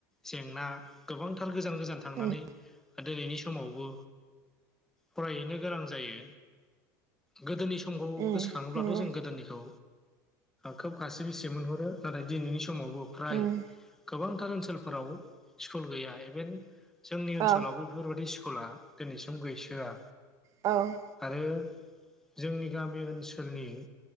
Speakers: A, in the centre; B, on the right.
A: जेंना गोबांथार गोजान गोजान थांनानै
B: उम
A: दिनैनि समावबो फरायहैनो गोनां जायो गोदोनि सम समखौ
B: उम
A: गोसोखाङोब्लाथ'
B: नंगौ
A: जों गोदोनिखौ खोब खासि बिसि मोनहरो नाथाय दिनैनि सम समावबो फ्राय
B: उम
A: गोबांथार ओनसोलफोराव स्कुल गैया एभेन जोंनि ओनसोलावबो
B: औ
A: बेफोरबादि स्कुला दिनैसिम गैसोआ
B: औ
A: आरो जोंनि गामि ओनसोलनि